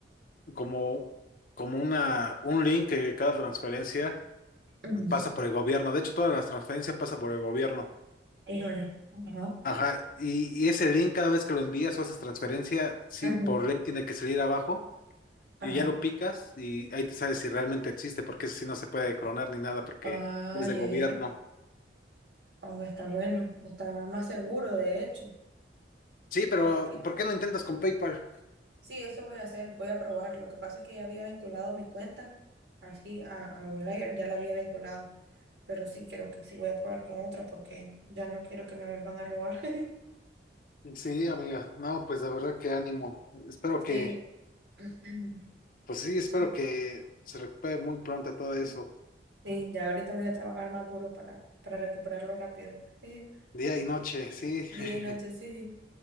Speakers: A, on the left; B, on the right.
A: como, como una, un link que cada transferencia
B: Ujú.
A: pasa por el gobierno. De hecho, todas las transferencias pasan por el gobierno.
B: Híjole. Ajá.
A: Ajá, y, y ese link cada vez que lo envías o haces transferencia, sí,
B: Ujú.
A: por link tiene que salir abajo
B: Ajá.
A: y ya lo picas y ahí te sabes si realmente existe, porque ese sí no se puede clonar ni nada porque
B: ah
A: es de
B: ya
A: gobierno.
B: ya Oh, está bueno. Está más seguro, de hecho.
A: Sí, pero
B: Pues aquí no.
A: ¿por qué no intentas
B: Mm.
A: con PayPal?
B: Sí, eso voy a hacer. Voy a probar. Lo que pasa es que ya había vinculado mi cuenta. Así a, a Outlier ya la había vinculado. Pero sí, creo que sí voy a probar con otra porque ya no quiero que me vuelvan a robar. <laughs>
A: Sí, amiga. No, pues la verdad que ánimo. Espero que
B: Sí. <clears throat>
A: Pues sí, espero
B: Sí,
A: que se recupere muy pronto todo eso,
B: sí, ya ahorita voy a trabajar más duro para, para recuperarlo rápido. <laughs>
A: día y noche, sí.
B: Día
A: <laughs>
B: y noche, sí.